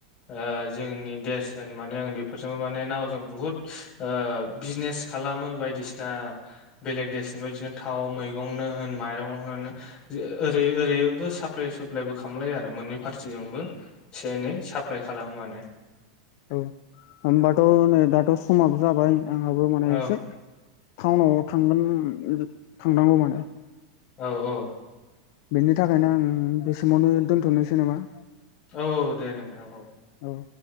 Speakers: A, on the left; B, on the left.
A: ओ जोंनि देस होन माने आं बेफोरजोंबो माने नावजों बुहुत ओ बिजनेस खालामो बायदिसिना <inaudible> बेलेग देशनिफ्राय बिदिनो थाव मैगंनो होन माइरं होन ओरै ओरैबो साप्लाइ साप्लायबो खालामलायो आरो मोननै फारथिजोंबो एसे एनै साप्लाइ खालामो माने
B: औ होमबाथ' नै दाथ' समाबो जाबाय आंहाबो माने
A: औ
B: एसे टाउनाव थांगोन थांनांगौ माने
A: औ औ
B: बेनि थाखायनो आं बे समावनो दोन्थ'नोसै नामा
A: औ औ दे नोंथां औ
B: औ